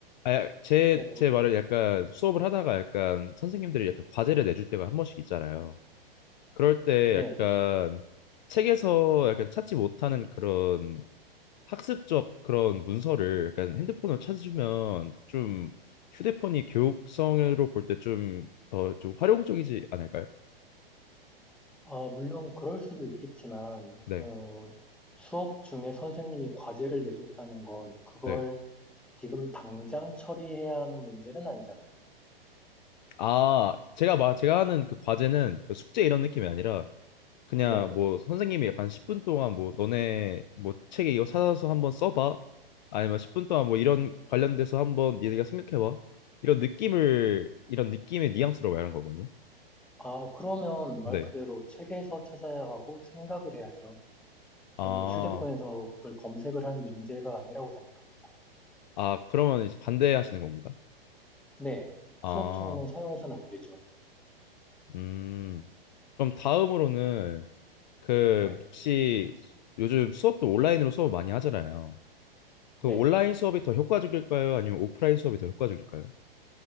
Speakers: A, on the left; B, in the centre.
A: 아,
B: 글쎄요.
A: 제, 제 말을 약간 수업을 하다가 약간 선생님들이 약간 과제를 내줄 때가 한 번씩 있잖아요. 그럴 때
B: 네.
A: 약간 책에서 약간 찾지 못하는 그런 학습적 그런 문서를 약간 핸드폰으로 찾으면 좀 휴대폰이 교육성으로 볼 때 좀 더 좀 활용적이지 않을까요?
B: 아, 물론 그럴 수도 있겠지만,
A: 네,
B: 어, 수업 중에 선생님이 과제를 내줬다는 건 그걸
A: 네.
B: 지금 당장 처리해야 하는 문제는 아니잖아요.
A: 아, 제가 막 제가 하는 그 과제는 그 숙제 이런 느낌이 아니라 그냥
B: 네.
A: 뭐 선생님이 약간 10분 동안 뭐 너네 뭐 책에 이거 찾아서 한번 써봐 아니면 10분 동안 뭐 이런 관련돼서 한번 니네가 생각해봐 이런 느낌을 이런 느낌의 뉘앙스로 말하는 거거든요
B: 아, 그러면 말
A: 네.
B: 그대로 책에서 찾아야 하고 생각을 해야죠.
A: 아,
B: 어, 휴대폰에서 그걸 검색을 할 문제가 아니라고 생각합니다.
A: 아 그러면 이제 반대하시는 겁니다
B: 네.
A: 아,
B: 수업 중에는 사용해서는 안 되죠.
A: 음 그럼 다음으로는 그
B: 네.
A: 혹시 요즘 수업도 온라인으로 수업 많이 하잖아요 그
B: 네.
A: 온라인 수업이 더 효과적일까요 아니면 오프라인 수업이 더 효과적일까요